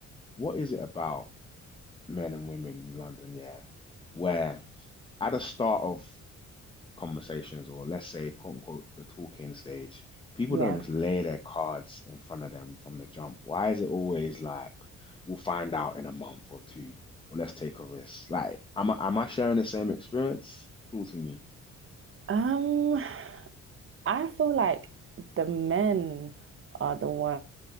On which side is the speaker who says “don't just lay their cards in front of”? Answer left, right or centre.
Left